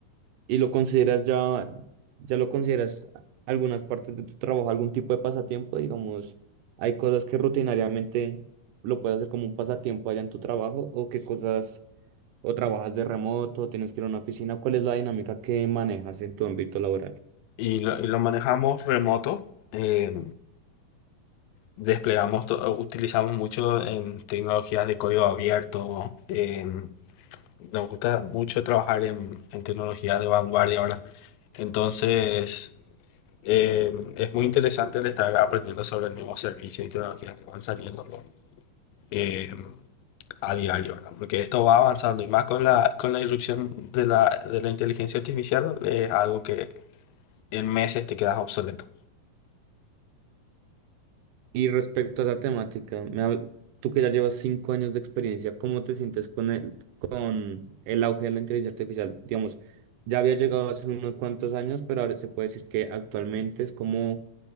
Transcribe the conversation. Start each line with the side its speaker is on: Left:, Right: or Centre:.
Right: y lo consideras ya, ya lo consideras algunas partes de tu trabajo, algún tipo de pasatiempo, digamos, hay cosas que rutinariamente lo puedes hacer como un pasatiempo allá en tu trabajo o qué cosas, o trabajas de remoto, tienes que ir a una oficina, ¿cuál es la dinámica que manejas en tu ámbito laboral?
Left: Y lo, y lo manejamos remoto, eh, desplegamos, to- utilizamos mucho en tecnologías de código abierto, eh, nos gusta mucho trabajar en, en tecnologías de vanguardia ahora. Entonces, eh, es muy interesante el estar aprendiendo sobre nuevos servicios y tecnologías que van saliendo. Eh, a diario, ¿verdad? Porque esto va avanzando y más con la, con la irrupción de la, de la inteligencia artificial es algo que en meses te quedas obsoleto.
Right: Y respecto a la temática, me hab- tú que ya llevas cinco años de experiencia, ¿cómo te sientes con el, con el auge de la inteligencia artificial? Digamos, ya había llegado hace unos cuantos años, pero ahora se puede decir que actualmente es como